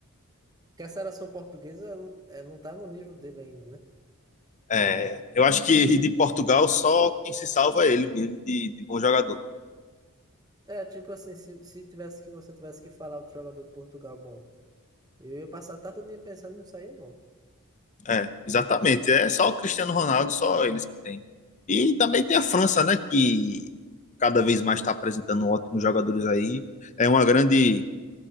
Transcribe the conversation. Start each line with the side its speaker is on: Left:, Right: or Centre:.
Right: Porque a seleção portuguesa não- é, não tá no nível dele ainda, né?
Left: É,
Right: Você acha?
Left: eu acho que de Portugal só quem se salva é ele mesmo de, de bom jogador.
Right: É, tipo assim, se, se tivesse que você tivesse que falar outro jogador de Portugal, bom, eu ia passar a tarde todinha pensando e não saiu, não.
Left: É, exatamente. É só o Cristiano Ronaldo, só eles que têm. E também tem a França, né, que cada vez mais está apresentando ótimos jogadores aí. É uma grande